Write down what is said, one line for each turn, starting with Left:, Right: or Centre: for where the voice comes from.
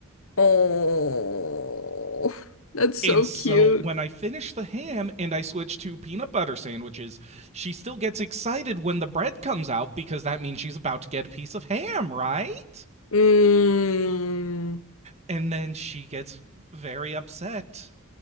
Left: Oh, that's so
Right: And so
Left: cute.
Right: when I finish the ham and I switch to peanut butter sandwiches, she still gets excited when the bread comes out because that means she's about to get a piece of ham, right?
Left: Mm.
Right: And then she gets very upset